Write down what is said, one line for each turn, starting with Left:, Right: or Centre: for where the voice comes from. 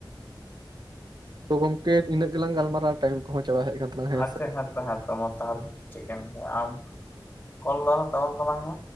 Right: ᱛᱚ ᱜᱚᱝᱠᱮ ᱤᱱᱟᱹᱜ ᱜᱮᱞᱟᱝ ᱜᱟᱞᱢᱟᱨᱟᱣ ᱴᱟᱭᱤᱢ ᱠᱚᱦᱚᱸ ᱪᱟᱵᱟᱜ ᱦᱮᱡ ᱠᱟᱱ ᱛᱟᱞᱟᱝᱟ
Left: ᱟᱪᱷᱟ
Right: ᱥᱮ
Left: ᱦᱮᱸ ᱛᱚ ᱦᱮᱸ ᱛᱚ ᱢᱟ ᱛᱟᱦᱚᱞᱮ ᱴᱷᱤᱠᱟᱹᱱ ᱜᱮᱭᱟ ᱟᱢ ᱠᱚᱞ ᱫᱚᱞ ᱛᱟᱞᱟᱝ ᱢᱮ